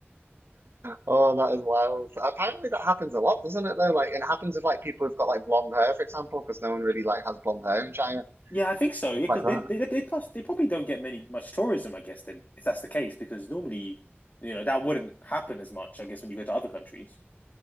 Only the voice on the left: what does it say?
Yeah, I think so.
Yeah, because
then they, they they they probably don't get many much tourism, I guess. Then if that's the case, because normally, you know, that wouldn't happen as much, I guess, when you go to other countries.